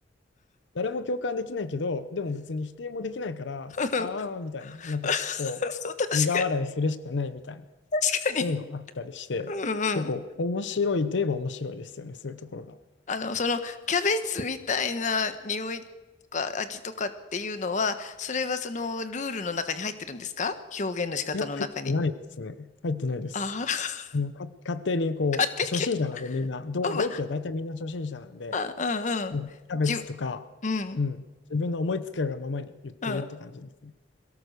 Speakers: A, on the left; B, on the left.
A: 誰も共感できないけど、でも別に否定もできないから、
B: うん
A: ああ、
B: <laughs>
A: みたいになって、こう、
B: そう、確かに、
A: 苦笑いするしかないみたいな。
B: 確かに。
A: そういうのあったりして、
B: うんうん。
A: 結構面白いといえば面白いですよね、そういうところが。
B: あの、その、キャベツみたいな匂いとか味とかっていうのは、それはそのルールの中に入ってるんですか表現の仕方の中に。
A: いや、入ってないですね。入ってないです。
B: ああ、<laughs>
A: あの、か、勝手にこう、
B: 勝手に決
A: 初心者なんでみんな、同、
B: め、
A: 同期は大体みんな初心者なんで、
B: まあ、うんうん。
A: うん、キャベツとか、
B: じゅ、うん、
A: うん、自分の思いつくがままに言ってるって感じですね。
B: うん。